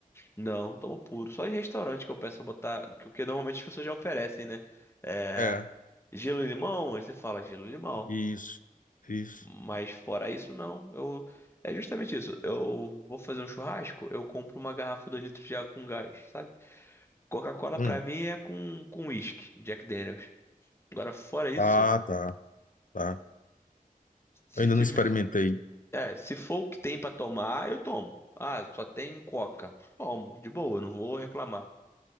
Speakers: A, on the left; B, on the left.
A: não, tomo puro. Só em restaurante que eu peço pra botar. que- Porque normalmente as pessoas já oferecem, né? É,
B: É,
A: Gelo e limão, aí você fala gelo e limão.
B: isso, isso.
A: Mas fora isso, não. Eu... É justamente isso. Eu vou fazer um churrasco, eu compro uma garrafa 2 litros de água com gás, sabe? Coca-Cola
B: Hum.
A: pra mim é com com uísque, Jack Daniels. Agora, fora isso,
B: Ah, tá, tá.
A: se
B: Eu ainda
A: tiver.
B: não experimentei.
A: É, se for o que tem pra tomar, eu tomo. Ah, só tem Coca. Tomo, de boa, eu não vou reclamar.